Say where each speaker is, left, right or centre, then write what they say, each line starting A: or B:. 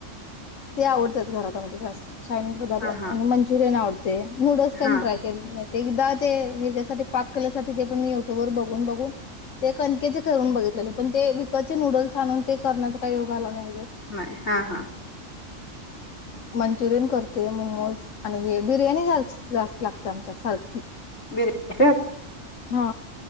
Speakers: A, on the left; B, on the left.
A: ते आवडतात घरात आमच्या जास्त चायनीज पदार्थ
B: हा हा
A: आणि मंचुरियन आवडतं नूडल्स काय
B: हा
A: मी ट्राय केलो नाही ते एकदा ते ह्याच्यासाठी पाक केल्यासाठी ते पण मी युट्यूब वर बघून बघून ते कणकेचे करून बघितलेलो पण ते विकतचे नूडल्स आणून ते करण्याचा काही योग आला नाही अजून.
B: नाही हा हा
A: मंचुरियन करतोय मोमोज आणि हे बिर्याणी जास्त लागते आमच्या सारखी
B: बिर्याणी काय
A: हा